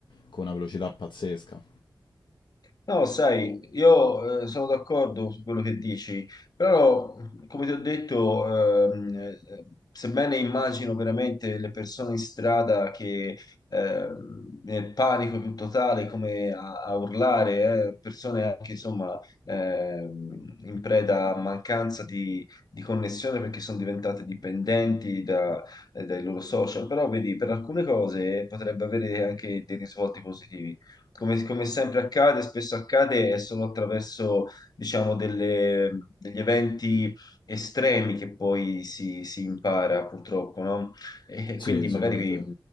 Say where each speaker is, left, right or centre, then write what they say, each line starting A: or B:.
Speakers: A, on the left; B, on the left.
A: con una velocità pazzesca.
B: No, sai, io eh, sono d'accordo su quello che dici, però come ti ho detto, ehm, eh, sebbene immagino veramente le persone in strada che ehm, nel panico più totale, come a, a urlare, eh, persone anche insomma ehm, in preda a mancanza di, di connessione perché sono diventate dipendenti da- eh, dai loro social, però vedi, per alcune cose potrebbe avere anche dei risvolti positivi come, come sempre accade, spesso accade, è solo attraverso, diciamo, delle- degli eventi estremi che poi si, si impara, purtroppo, no? E
A: Sì,
B: quindi
A: sì,
B: magari
A: quello è vero.